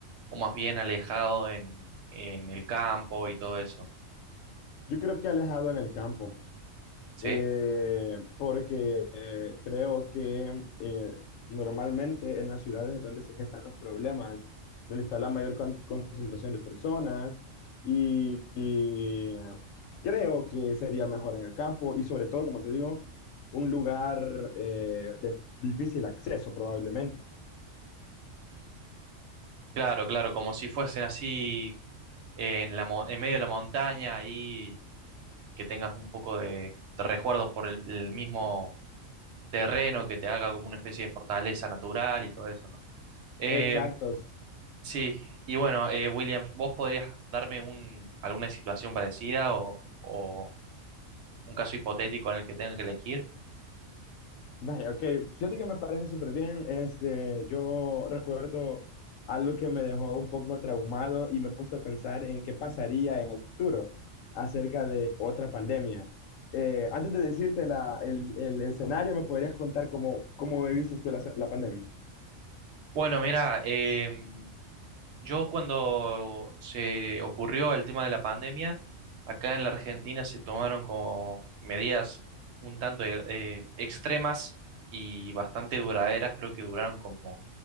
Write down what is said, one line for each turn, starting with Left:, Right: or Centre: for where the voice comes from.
Right: o más bien alejado en, en el campo y todo eso,
Left: Yo creo que alejado en el campo.
Right: ¿sí?
Left: eh, porque eh, creo que eh, normalmente en las ciudades es donde se gestan los problemas, donde está la mayor con- concentración de personas y, y creo que sería mejor en el campo y sobre todo, como te digo, un lugar eh, de difícil acceso probablemente.
Right: Claro, claro, como si fuesen así eh, en la, mon- en medio de la montaña y que tengas un poco de, de resguardo por el, el mismo terreno que te haga como una especie de fortaleza natural y todo eso, ¿no? Eh,
Left: Exacto,
Right: sí, y bueno, eh, William, ¿vos podrías darme un, alguna situación parecida o, o un caso hipotético en el que tenga que elegir?
Left: Vaya, ok, fíjate que me parece súper bien. Este, yo recuerdo algo que me dejó un poco traumado y me he puesto a pensar en qué pasaría en el futuro acerca de otra pandemia. Eh, antes de decirte la- el, el- el escenario, ¿me podrías contar cómo, cómo viviste tú la, la pandemia?
Right: Bueno, mira, em, Yo cuando se ocurrió el tema de la pandemia, acá en la Argentina se tomaron como medidas un tanto eh, eh, extremas y bastante duraderas, creo que duraron como